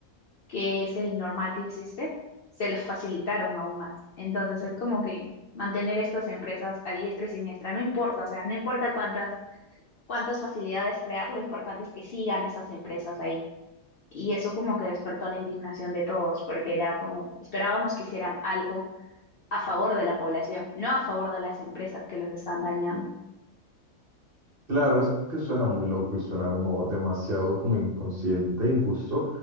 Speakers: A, on the left (about 55°); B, on the right (about 45°).
A: que es el normal que existe, se los facilitaron aún más. Entonces es como que mantener estas empresas a diestra y siniestra, no importa, o sea, no importa cuántas, cuántas facilidades crear, lo importante es que sigan esas empresas ahí. Y eso como que despertó la indignación de todos, porque era como, esperábamos que hicieran algo a favor de la población, no a favor de las empresas que los están dañando.
B: Claro, es que suena muy loco y suena como demasiado como inconsciente, injusto